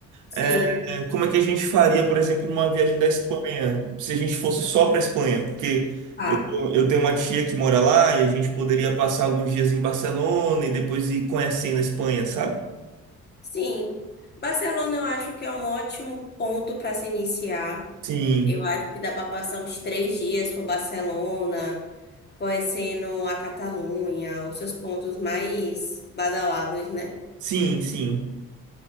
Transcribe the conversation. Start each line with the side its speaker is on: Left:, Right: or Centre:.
Left: Sim,
Right: é, é, como é que a gente faria, por exemplo, numa viagem da Espanha, se a gente fosse só para Espanha, porque
Left: tá.
Right: eu, eu tenho uma tia que mora lá e a gente poderia passar alguns dias em Barcelona e depois ir conhecendo a Espanha, sabe?
Left: Sim, Barcelona eu acho que é um ótimo ponto para se iniciar.
Right: Sim.
Left: Eu acho que dá para passar uns três dias por Barcelona, conhecendo a Catalunha, os seus pontos mais badalados, né?
Right: Sim, sim.